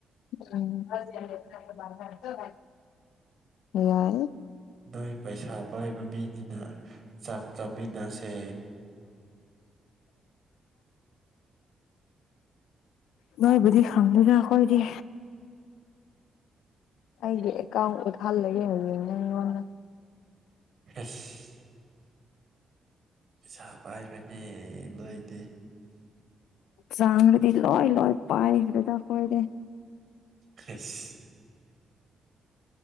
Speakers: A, on the left; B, on the right.
A: ꯎꯝ <unintelligible> ꯌꯥꯏ
B: ꯅꯣꯏ ꯄꯩꯁꯥ ꯄꯥꯏꯕ ꯃꯤꯅꯤꯅ ꯆꯥꯛ ꯆꯥꯃꯤꯟꯅꯁꯦ
A: <unintelligible> ꯅꯣꯏꯕꯨꯗꯤ ꯍꯪꯗꯦꯗ ꯑꯈꯣꯏꯗꯤ꯫ ꯑꯩꯒꯤ ꯑꯦꯀꯥꯎꯟ ꯎꯠꯍꯜꯂꯒ ꯌꯦꯡꯒꯦ ꯅꯪꯉꯣꯟꯗ
B: ꯢꯁ ꯄꯩꯁꯥ ꯄꯥꯏꯕꯅꯦ ꯅꯣꯏꯗꯤ
A: ꯆꯥꯡ꯭ꯗꯗꯤ ꯂꯣꯏ ꯂꯣꯏ ꯄꯥꯏꯈ꯭ꯔꯦꯗ ꯑꯈꯣꯏꯗꯤ
B: ꯈꯁ